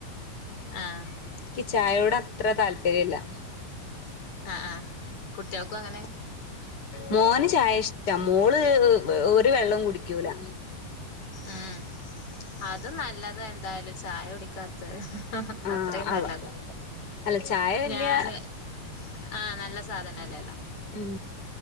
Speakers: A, on the left; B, on the left.
A: ആഹ്
B: ക്ക്യ് ചായോട് അത്ര താൽപ്പര്യല്ലാ
A: ആഹ് ആഹ് കുട്ട്യാൾക്കും അങ്ങെനെ
B: മോന് ചായ ഇഷ്ട്ടാ മോള് ഒരു വെള്ളും കുടിക്ക്യൂലാ
A: ഊം അതും നല്ലെതാ എന്തായാലും ചായ കുടി ക്കാത്തെ
B: ആഹ്
A: അത്രേം
B: അവ
A: നല്ലെതാ
B: അല്ല ചായ വല്യ
A: ഞാന് ആഹ് നല്ല സാധനെല്ലെല്ലോ
B: ഉം